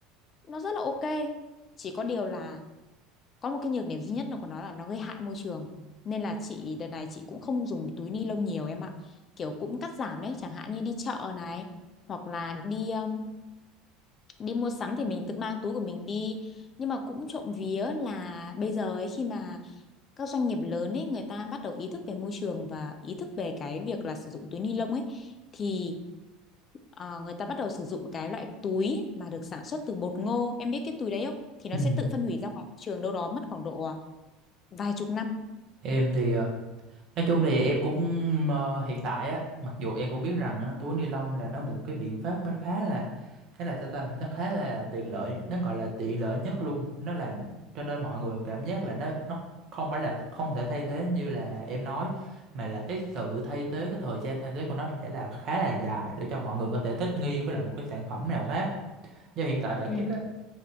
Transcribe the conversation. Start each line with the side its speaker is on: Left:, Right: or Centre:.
Left: nó rất là ok. Chỉ có điều là có một cái nhược điểm duy nhất là của nó là nó gây hại môi trường. Nên là chị đợt này chị cũng không dùng túi ni lông nhiều em ạ. Kiểu cũng cắt giảm đấy, chẳng hạn như đi chợ này hoặc là đi um. đi mua sắm thì mình tự mang túi của mình đi nhưng mà cũng trộm vía là bây giờ ấy, khi mà các doanh nghiệp lớn ấy người ta bắt đầu ý thức về môi trường và ý thức về cái việc là sử dụng túi ni lông ấy thì ờ, người ta bắt đầu sử dụng cái loại túi mà được sản xuất từ bột ngô em biết cái túi đấy không thì nó
Right: Ừ.
Left: sẽ tự phân hủy ra ngoài môi trường đâu đó mất khoảng độ à, vài chục năm
Right: em thì Nói chung thì em cũng ờ, hiện tại á, mặc dù em cũng biết rằng á, túi ni lông là nó một cái biện pháp nó khá là khá là tao tâm nó khá là tiện lợi, nó gọi là tiện lợi nhất luôn. Nó làm cho nên mọi người cảm giác là nó nó không phải là không thể thay thế như là em nói mà là cái sự thay thế cái thời gian thay thế của nó sẽ là khá là dài để cho mọi người có thể thích nghi với lại một cái sản phẩm nào khác. Do hiện tại bản
Left: Ừ,
Right: chất á